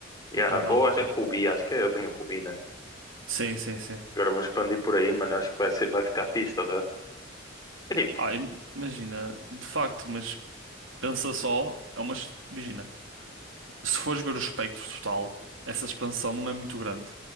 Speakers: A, on the left; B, on the right.
A: Yeah,
B: e o canal.
A: ou acho que é Rubi, acho que é a linha Rubi, né?
B: Sim, sim, sim.
A: Agora vão expandir por aí, mano, acho que vai, ser, vai ficar fixe, estás a ver? É tipo,
B: Ah, im- imagina, de facto, mas pensa só, é uma, es- imagina, se fores ver o espectro total, essa expansão não é muito grande,